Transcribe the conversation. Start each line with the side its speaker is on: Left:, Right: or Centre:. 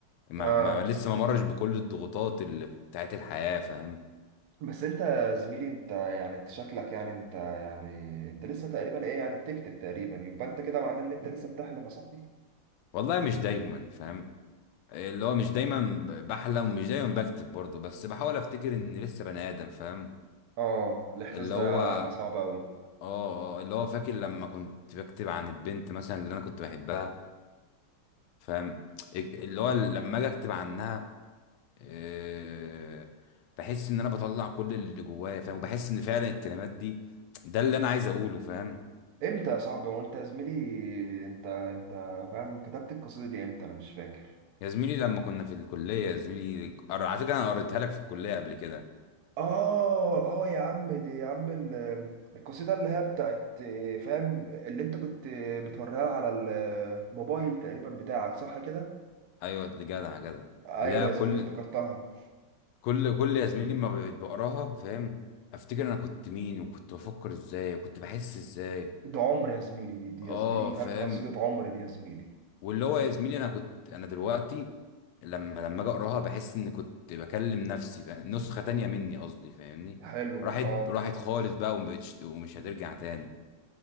Left: ما...
Right: اه
Left: ما لسه ما مرش بكل الضغوطات اللي بتاعت الحياة فاهم
Right: بس انت يا زميلي انت يعني انت شكلك يعني انت يعني انت لسه تقريبا ايه يعني بتكتب تقريبا يبقى انت كده معناه ان انت لسه بتحلم يا صاحبي
Left: والله مش دايما فاهم اللي هو مش دايما بحلم ومش دايما بكتب برضه بس بحاول افتكر اني لسه بني ادم فاهم
Right: اه الاحساس
Left: اللي
Right: ده
Left: هو اه
Right: صعب قوي
Left: آه، اللي هو فاكر لما كنت بكتب عن البنت مثلا اللي انا كنت بحبها فاهم اللي
Right: امم
Left: هو لما اجي اكتب عنها آه، بحس ان انا بطلع كل اللي جوايا فاهم وبحس ان فعلا الكلمات دي ده اللي انا عايز اقوله فاهم
Right: امتى يا صاحبي هو انت يا زميلي انت انت فاهم كتبت القصيدة دي امتى انا مش فاكر
Left: يا زميلي لما كنا في الكلية يا زميلي قر- على فكرة انا قريتها لك في الكلية قبل كده
Right: اه اه يا عم دي يا عم ال- القصيدة اللي هي بتاعت آه، فاهم اللي انت كنت آه، بتوريها على الموبايل تقريبا بتاعك صح كده
Left: ايوه دي جدع جدع
Right: ايوه
Left: لا
Right: يا
Left: كل
Right: زميلي افتكرتها
Left: كل كل يا زميلي ما بقيت بقراها فاهم افتكر انا كنت مين وكنت بفكر ازاي وكنت بحس ازاي
Right: ده عمر يا زميلي دي
Left: اه
Right: يا زميلي فاهم
Left: فاهم
Right: قصيدة عمر دي يا زميلي
Left: واللي هو يا زميلي انا كنت انا دلوقتي لما لما اجي اقراها بحس ان كنت بكلم نفسي فاهم نسخة تانية مني قصدي فاهمني
Right: حلو
Left: راحت
Right: اه
Left: راحت خالص بقى ومبقتش ومش هترجع تاني